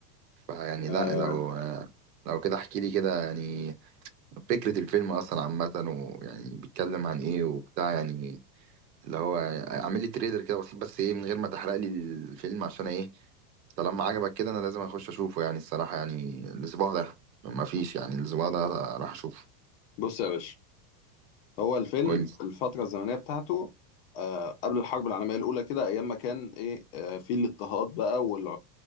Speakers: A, on the right; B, on the left.
A: فيعني
B: آه.
A: لا لو لو كده احكي لي كده يعني فكرة الفيلم اصلا عامة ويعني بيتكلم عن ايه وبتاع يعني اللي هو اعمل لي تريلر كده بسيط بس ايه من غير ما تحرق لي الفيلم عشان ايه طالما عجبك كده انا لازم اخش اشوفه يعني الصراحه يعني الاسبوع ده ما فيش يعني الاسبوع ده راح اشوفه
B: بص يا باشا هو الفيلم
A: قول لي
B: الفترة الزمنية بتاعته آه قبل الحرب العالمية الأولى كده أيام ما كان إيه آه في الاضطهاد بقى وال